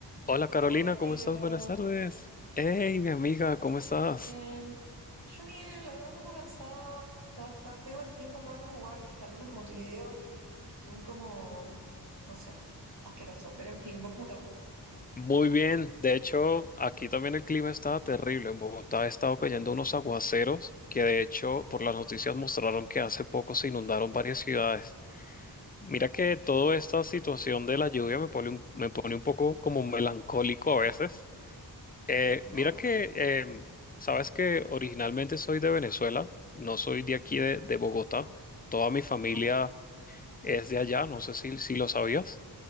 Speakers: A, on the left; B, on the right.
A: Hola Carolina,
B: Hola Taylor,
A: ¿cómo estás? Buenas tardes. Hey, mi amiga, ¿cómo estás?
B: yo bien, yo bien, la verdad un poco cansada, está, está feo el tiempo acá en Uruguay, al menos en Montevideo, muy como, mm, no sé, asqueroso, pero en fin, ¿vos cómo estás?
A: Muy bien. De hecho, aquí también el clima estaba terrible. En Bogotá ha estado cayendo unos aguaceros que de hecho por las noticias mostraron que hace poco se inundaron varias ciudades. Mira que toda esta situación de la lluvia me pone un, me pone un poco como melancólico a veces. Eh,
B: Ajá,
A: mira que, em, sabes que originalmente soy de Venezuela, no soy de aquí de de Bogotá. Toda mi familia
B: ah,
A: es de allá, no sé si, si lo sabías.